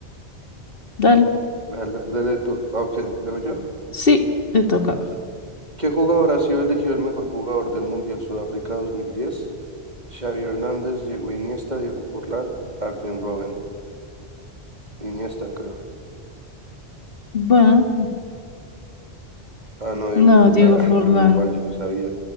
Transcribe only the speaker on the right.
Dale, dale tú. Ah, ok, leo yo.
¿Qué jugador ha sido elegido el mejor jugador del Mundial Sudáfrica 2010? Xavi Hernández, Diego Iniesta, Diego Forlán, Arjen Robben. Iniesta, creo.
Ah, no, Diego
Forlán.
Ah,
el uruguayo, yo sabía.